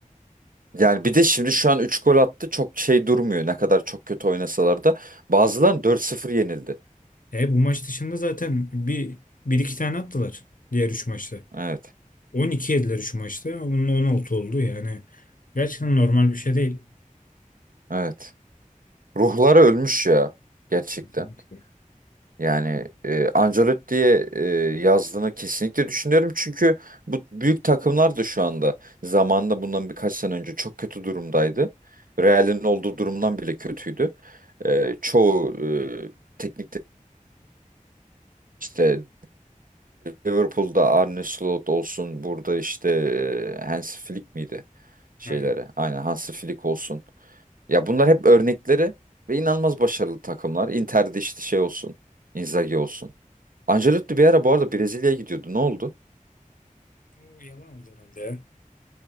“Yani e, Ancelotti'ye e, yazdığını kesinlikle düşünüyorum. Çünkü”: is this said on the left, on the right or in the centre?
Right